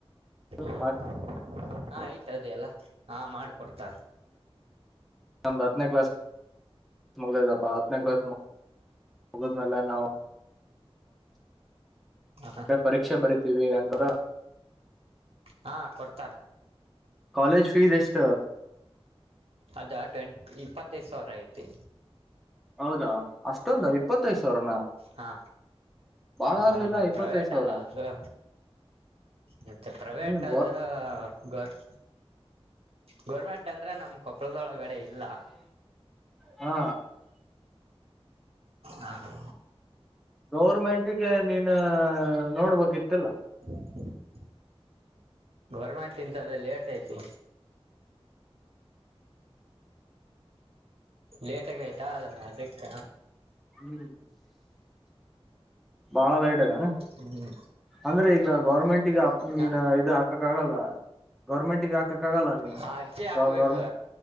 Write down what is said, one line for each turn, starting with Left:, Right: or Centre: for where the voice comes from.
Centre: ಹ್ಮ
Right: ಹ ಹಾ ಆಯ್ತದೆ ಎಲ್ಲ ಹಾ ಮಾಡಕೊಡ್ತಾರೆ
Centre: ನಮ್ದು ಹತ್ತನೇ ಕ್ಲಾಸ್ ಮುಗಲದಪ್ಪಾ ಹತ್ತನೇ ಕ್ಲಾಸ್ ಮುಗದಮಲ್ಲ ನಾವು
Right: ಹ
Centre: ಪರೀಕ್ಷೆ ಬರಿತೀವಿ ಅಂತರ
Right: ಹಾ ಕೊಡ್ತಾರ
Centre: ಕಾಲೇಜ್ ಫೀಸ್ ಎಷ್ಟ
Right: ಅದ ಟ್ವೆಂಟ್ ಇಪ್ಪತ್ತೈದು ಸಾವಿರ ಐತಿ
Centre: ಹೌದಾ ಅಷ್ಟೊಂದು ಇಪ್ಪತ್ತೈದ ಸಾವಿರನ
Right: ಹಾ
Centre: ಬಾಳ
Right: ಹಾ
Centre: ಆಗ್ಲಿಲ್ಲ
Right: ಮ
Centre: ಇಪ್ಪತ್ತೈದ್
Right: ಪ್ರೈವೇಟ್
Centre: ಸಾವಿರ
Right: ಅಲ್ಲ ಅದು ಮತ್ತೆ ಪ್ರೈವೇಟ್
Centre: ಹ್ಮ್
Right: ಆದದು ಗರ್ ಗೋರ್ಮೆಂಟ್ ಅಂದ್ರೆ ನಮ್ ಕೊಪ್ಪಳದೊಳಗಡೆ ಇಲ್ಲ
Centre: ಹಾ
Right: ಹಾ ಹಾ
Centre: ಗೌರ್ಮೆಂಟಗೆ ನೀನು ನೋಡ್ಬೇಕಿತ್ತಲ್ಲ
Right: <inaudible> ಗೌರ್ಮೆಂಟ್ ಇಂತ ಅ ಲೇಟ್ ಆಯ್ತು ಲೇಟಗ ಆಯ್ತಾ ಅದಕ್ಕ
Centre: ಹ್ಮ್ ಬಾಳ ಲೈಟ್ ಅದಾನ
Right: ಹ್ಮ್
Centre: ಅಂದ್ರೆ ಈಗ ಗೌರ್ಮೆಂಟ್ ಈಗ ಅ ಮೀನ್
Right: ಹ
Centre: ಇ ಹಾಕಕ್ ಆಗಲ್ಲ ಗೌರ್ಮೆಂಟಗ ಹಾಕಕ್ಕ ಆಗಲ್ಲ ನೀನ್
Right: ಆ ಅರ್ಜಿ ಹಾಕ್ಬೇಕು
Centre: ಗ ಗರ್